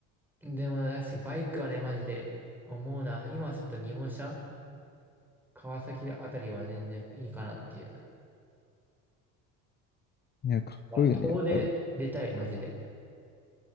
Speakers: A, in the centre; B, on the left.
A: でも、確かにバイクはね、マジで思うな。今ちょっと日本車川崎あたりは全然いいかなっていう。
B: や、かっこいいよね、
A: あ遠出出たい、
B: やっぱり。
A: マジで。